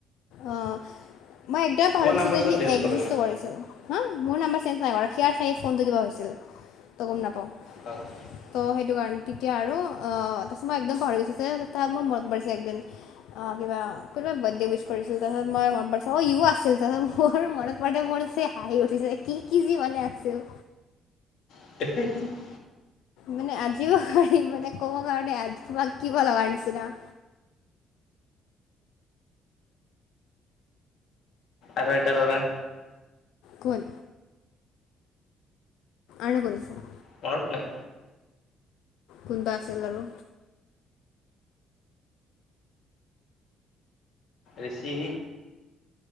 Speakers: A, on the left (about 85°); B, on the left (about 65°).
A: অ মই এইটো
B: তোমাৰ
A: পাহৰি গৈছো
B: নাম্বাৰ
A: যে
B: চোন
A: সি
B: চেঞ্জ
A: একজিষ্ট
B: কৰা নাই
A: কৰিছিল। হা মোৰ নাম্বাৰ চেঞ্জ নাই কৰা সেয়াৰ চাগে ফোনটো কিবা হৈছিল তই গম নাপাওঁ।
B: <inaudible>
A: ত' সেইটো কাৰণে তেতিয়া আৰু অ তাৰপিছত মই একদম পাহৰি গৈছোছে তথা মোৰ মনত বা়ছে একদিন অঁ কিবা কোনোবাই বাৰ্থডে উইচ কৰিছিল তাৰাছত মই মন পৰিছিল অঁ ইও আছিল তাৰপাছত মোৰ মনত মানে মোৰ যে হাঁহি উঠিছে কি কি যি মানে আছিল?
B: <inaudible>
A: মানে আজিও হাঁহি মানে ক'ব কাৰণে কিমান কিব লগাৰ নিচিনা
B: আৰু এটা ল'ৰা
A: কোন? আৰুনো কোন?
B: মনত পেলাই
A: কোনোবা আছিল আৰু
B: ৰিচি